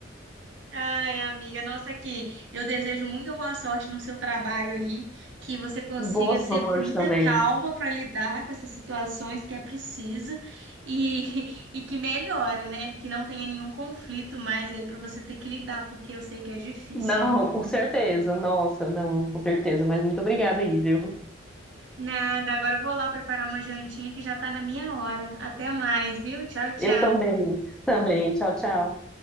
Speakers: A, on the right; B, in the centre.
A: Ai, amiga, nossa, que eu desejo muita boa sorte no seu trabalho aí, que você consiga
B: Boa sorte
A: sempre ter muita
B: também.
A: calma para lidar com essas situações que é preciso e, <laughs> e que melhore, né? Que não tenha nenhum conflito mais aí para você ter que lidar, porque eu sei que é difícil,
B: Não,
A: viu?
B: com certeza. Nossa, não, com certeza. Mas muito obrigada aí, viu?
A: Nada, agora eu vou lá preparar uma jantinha que já tá na minha hora. Até mais, viu? Tchau, tchau.
B: Eu também. Também. Tchau, tchau.